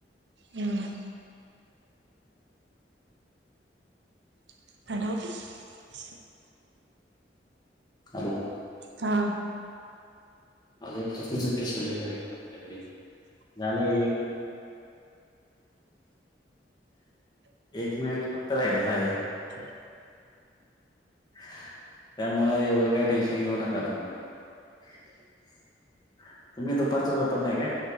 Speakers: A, on the right; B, on the left.
A: हम्. <unintelligible>
B: हॅलो.
A: हा.
B: अजून किती मिनटे शिल्लेक आहे आपल्याकडे झाले एक. एक मिनिट फक्त राहिलेला आहे.
A: <inaudible>
B: <inaudible> त्यामुळे एवढं. काश घेऊ नका तुम्ही दुप. ब् का.